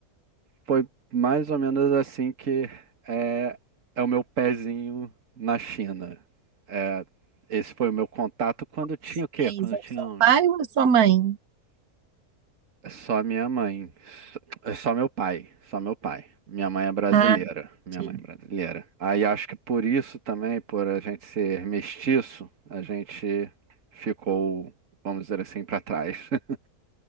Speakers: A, on the right; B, on the right.
A: foi mais ou menos assim que é, é o meu pezinho na China. É, esse foi o meu contato quando eu tinha
B: Chinês,
A: o quê? Quando eu
B: é
A: tinha
B: o seu
A: um-
B: pai ou a sua mãe?
A: só minha mãe, só, é só meu pai, só meu pai. Minha mãe é brasileira,
B: Ah,
A: minha
B: ok.
A: mãe é brasileira. Aí acho que por isso também, por a gente ser mestiço, a gente ficou, vamos dizer assim, para trás. <laughs>